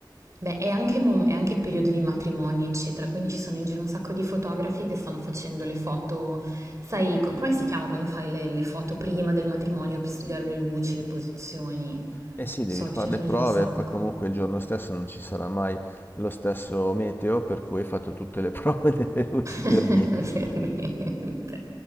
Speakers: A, on the right; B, on the left.
A: Beh, è anche, mom- è anche il periodo di matrimoni, eccetera, quindi ci sono in giro un sacco di fotografi che stanno facendo le foto, sai, co- come si chiama quando fai le, le foto prima del matrimonio per studiare le luci, le posizioni?
B: Eh sì, devi
A: So
B: fare
A: che ce ne
B: le
A: sono
B: prove,
A: in giro un sacco.
B: poi comunque il giorno stesso non ci sarà mai lo stesso meteo, per cui hai fatto tutte le prove <laughs> delle luci per
A: <laughs>
B: niente.
A: Per niente.